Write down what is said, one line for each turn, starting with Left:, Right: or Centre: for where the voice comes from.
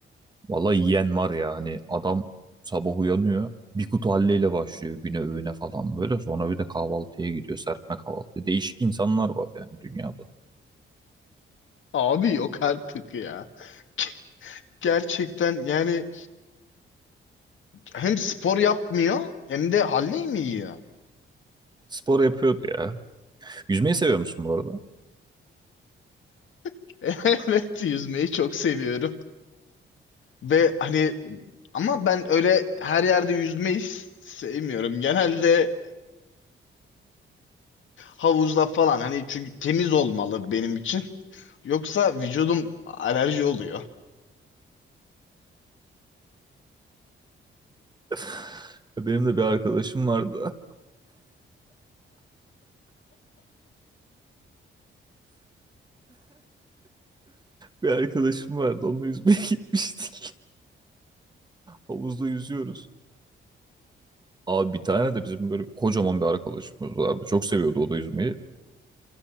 Right: Vallahi yiyen var ya hani adam sabah uyanıyor. Bir kutu halleyle başlıyor güne öğüne falan böyle. Sonra bir de kahvaltıya gidiyor. Serpme kahvaltı. Değişik insanlar var yani dünyada.
Left: Abi yok artık ya. <laughs> Gerçekten yani hem spor yapmıyor hem de Halley mi yiyor?
Right: Spor yapıyordu ya. Yüzmeyi seviyor musun bu arada?
Left: <laughs> Evet yüzmeyi çok seviyorum. Ve hani ama ben öyle her yerde yüzmeyi sevmiyorum. Genelde havuzda falan hani çünkü temiz olmalı benim için. Yoksa vücudum alerji oluyor.
Right: <laughs> Benim de bir arkadaşım vardı. Bir arkadaşım vardı. Onunla yüzmeye <laughs> gitmiştik. Havuzda yüzüyoruz. Abi bir tane de bizim böyle kocaman bir arkadaşımız vardı. Çok seviyordu o da yüzmeyi.